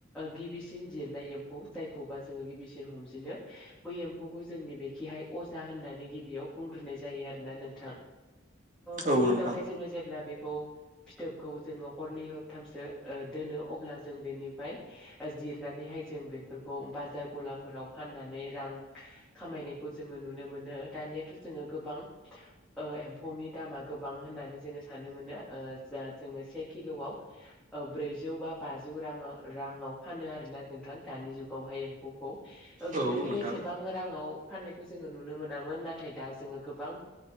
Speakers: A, in the centre; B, on the right.
A: गिबिसिन जिरनाय एम्फौ जायखौबा जोङो गिबिसिन हमजनो बै एम्फौखौ जोंनि बेखिहाय हाय अजा होननानै गिबियाव बुंग्रोनाय जायो आरोना नोंथां। बेनि
B: औ नोंथां
A: उनावहाय जोङो जेब्ला बेखौ फिथोबखौ जोङो हरनै हरथामसो दोनो अब्ला जों बेनिफाय जिरनानैहाय जों बेफोरखौ बाजार गलाफोराव फाननानै रां खामायनाय खौ जोङो नुनो मोनो दानियाथ' जोङो गोबां एम्फौनि दामा गोबां होननानै जोङो साननो मोनो ओ जा जोङो से किल'आव ब्रैजौ बा बाजौ रांङा राङाव फानो आरो ना नोंथां दानि जुगावहाय एम्फौखौ
B: औ
A: गोदोथ'
B: नोंथां
A: एसेबां राङाव फाननायखौ जोङो नुनो मोनामोन नाथाय दा जोङो गोबां